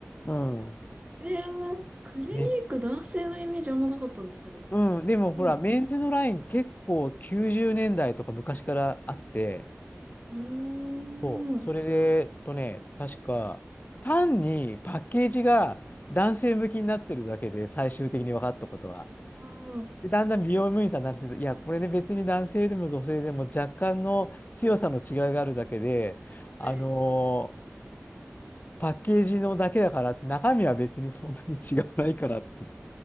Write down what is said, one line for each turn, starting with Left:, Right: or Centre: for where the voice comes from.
Left: うん。
Right: えー、クリニック男性のイメージあんまなかったんですけど。
Left: めうん、でもほら、
Right: そうなんです。
Left: メンズのライン結構90年代とか昔からあって、
Right: うーん。
Left: そう、それで、えっとね、確か、単にパッケージが男性向きになってるだけで、最終的に分かったことは。
Right: あー、
Left: で、だんだん美容部員さんになってると、いや、これね、別に男性でも女性でも若干の強さの違いがあるだけで、
Right: はい。
Left: あのーパッケージのだけだから、中身は別にそんなに違わないからって